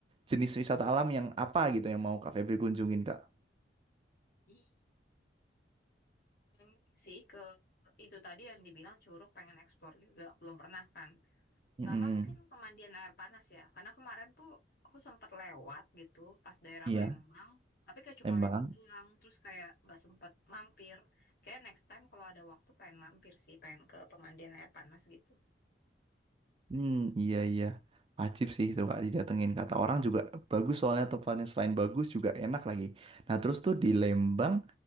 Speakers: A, on the right (about 30°); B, on the left (about 55°).
A: jenis wisata alam yang apa gitu yang mau Kak Febri kunjungin Kak
B: Hmm, Pengen sih ke itu tadi yang dibilang Curug pengen eksplor juga belum pernah kan.
A: Mm-mm.
B: Sama mungkin pemandian air panas ya. Karena kemarin tuh aku sempat lewat gitu pas daerah
A: Iya,
B: Lembang. Tapi kayak cuma
A: Lembang.
B: lewat doang. Terus kayak nggak sempat mampir. Kayak next time kalau ada waktu pengen mampir sih. Pengen ke pemandian air panas gitu.
A: Hmm, iya iya. Wajib sih itu Kak didatengin kata orang juga bagus soalnya tempatnya selain bagus juga enak lagi. Nah, terus tuh di Lembang